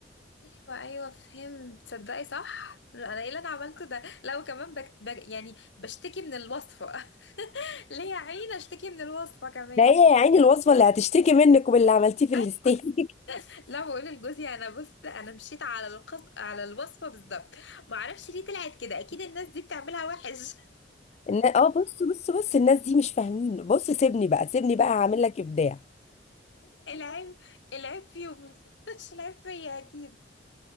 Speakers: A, on the left; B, on the left.
A: ايوه ايوه فهمت تصدقي صح انا ايه اللي انا عملته ده لو كمان بك... بك... يعني بشتكي من الوصفة <laughs> ليه يا عيني اشتكي من الوصفة كمان
B: ده ايه يا عيني الوصفه اللي هتشتكي منك وباللي عملتيه في
A: <laughs>
B: الاستيك
A: لا بقول لجوزي انا بص انا مشيت على القص... على الوصفه بالظبط ما اعرفش ليه طلعت كده اكيد الناس دي بتعملها وحش <laughs>
B: النا- اه بص بص بص الناس دي مش فاهمين بص سيبني بقى سيبني بقى هعمل لك ابداع
A: العيب العيب فيهم <laughs> مش العيب فيا اكيد